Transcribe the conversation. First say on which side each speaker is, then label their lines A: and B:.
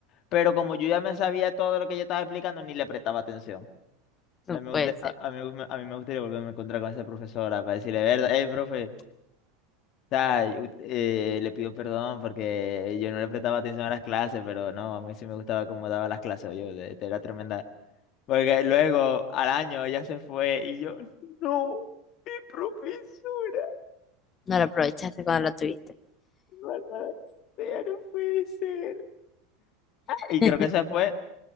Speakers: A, on the left; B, on the left.
A: Pero como yo ya me sabía todo lo que ella estaba explicando, ni le prestaba atención.
B: no
A: A mí me
B: puede
A: gusta,
B: ser.
A: a, a mí, me- a mí me gustaría volverme a encontrar con esa profesora para decirle, verdad, hey, profe, o sea, yo, eh, le pido perdón porque yo no le prestaba atención a las clases, pero no, a mí sí me gustaba cómo daba las clases, yo era tremenda. Porque luego, al año, ella se fue y yo, no, mi profesora,
B: No lo aprovechaste cuando lo tuviste.
A: maldita sea, no no puede ser. Y
B: <laughs>
A: creo que esa fue.